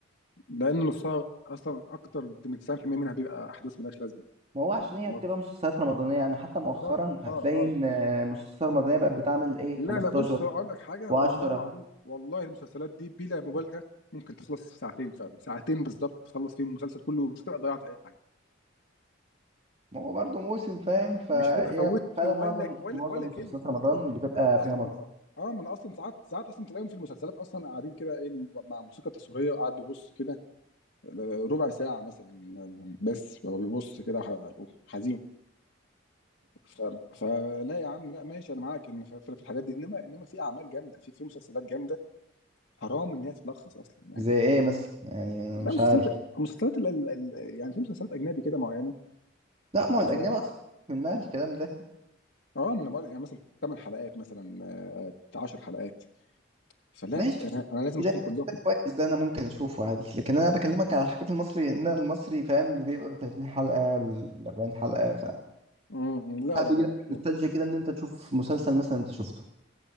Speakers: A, on the left; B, on the right.
A: لان نصها اصلا اكتر من 90% منها بيبقى احداث ملهاش لازمه
B: ما هو عشان هي
A: في مصر
B: بتبقى مسلسلات رمضانية يعني حتى مؤخرا
A: بالظبط
B: هتلاقي
A: اه اه
B: إن مسلسلات رمضانية بقت بتعمل إيه
A: لا
B: 15
A: لا بص اقول لك حاجه
B: و10
A: والله العظيم والله المسلسلات دي بلا مبالغه ممكن تخلص في ساعتين فعلا ساعتين بالظبط تخلص فيهم المسلسل كله مش هتبقى ضيعت اي حاجه
B: ما هو برضه موسم فاهم فهي
A: مش هتبقى فوتت
B: فعلا
A: ولا
B: معظم
A: ولا
B: معظم
A: ولا كلمه
B: مسلسلات رمضان
A: اصلا
B: بتبقى
A: اصلا
B: فيها مط
A: سا... اه ما انا اصلا ساعات ساعات اصلا تلاقيهم في المسلسلات اصلا قاعدين كده ايه مع موسيقى تصويريه وقاعد بيبص كده ربع ساعه مثلا بس هو بيبص كده ح- حزين ف... فلا يا عم لا ماشي انا معاك ان في في الحاجات دي انما انما في اعمال جامده في في مسلسلات جامده حرام ان هي تتلخص اصلا يعني
B: زي إيه مثلا يعني أنا
A: لا
B: مش
A: مسلسلات
B: عارف
A: مسلسلات ال- ال- ال- يعني في مسلسلات اجنبي كده معينه
B: لا ما
A: اه
B: هو الأجنبي أصلا منها الكلام ده
A: آه، ما انا بقول يعني مثلا 8 حلقات مثلا آه، 10 حلقات فلا
B: ماشي
A: انا أنا لازم اشوفهم
B: ده
A: كلهم
B: ده كويس ده أنا ممكن أشوفه عادي لكن أنا بكلمك على حاجات المصري إن المصري فاهم بيبقى 30 حلقة 40 حلقة
A: مم، لا
B: ساعات
A: لا
B: بيجي
A: لا لا
B: لك
A: كده
B: نوستالجيا كده ان انت تشوف مسلسل مثلا انت شفته